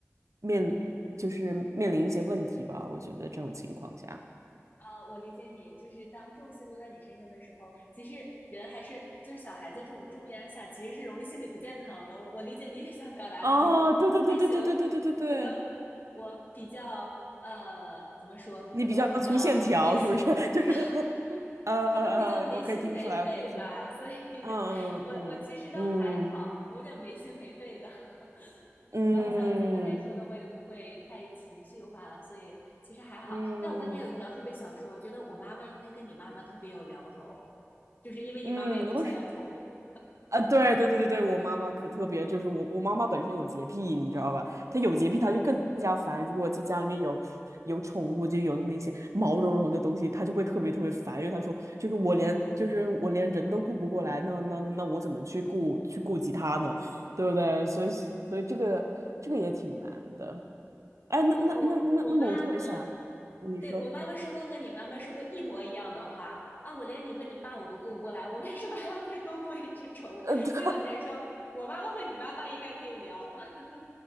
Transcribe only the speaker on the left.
<laughs> 啊，我理解你，就是当重心都在你身上的时候，其实人还是就是小孩子这种重压下，其实是容易心理不健康的。我我理解你也想表达的意思，
还行，可能我比较呃怎么说，
可能我比较没心。
<laughs>
可能比较没心没肺吧，
所以
我我其实倒还好，我有点没心没肺的。<laughs>
然后像像刚才说的，我也不会太情绪化，所以其实还好。
但我刚才有一条特别想说，我觉得我妈妈应该跟你妈妈特别有聊头，就是因为你妈妈也不想养宠物。
啊，我我妈和
对我妈妈说过和你妈妈说过一模一样的话啊！我连你和你爸我都顾不过来，我为什么还要再多顾一只宠物？
<laughs> 所以我才说我妈妈和你妈妈应该可以聊。<laughs>